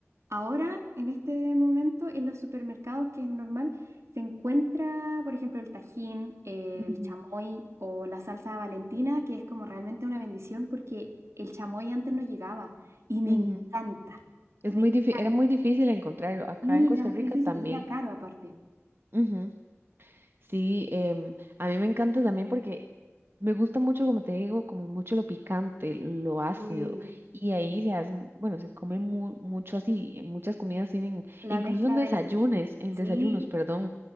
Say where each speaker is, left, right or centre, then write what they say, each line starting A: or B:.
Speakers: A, on the right; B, on the right.
A: Ahora, en este momento, en los supermercados, que es normal, se encuentra, por ejemplo, el tajín, el
B: ujú,
A: chamoy o la salsa Valentina, que es como realmente una bendición porque el chamoy antes no llegaba y me
B: ujú.
A: encanta.
B: Es
A: Me
B: muy difí- era
A: encanta.
B: muy difícil encontrarlo. Acá
A: Sí,
B: en Costa
A: era muy
B: Rica
A: difícil
B: también.
A: y era caro aparte.
B: Ujú. Sí, em, a mí me encanta también porque me gusta mucho, como te digo, como mucho lo picante, lo ácido.
A: Sí.
B: Y ahí se hacen, bueno, se come mu- mucho así. Muchas comidas tienen,
A: La
B: incluso
A: mezcla
B: en desayunos,
A: del...
B: en
A: Sí,
B: desayunos, perdón.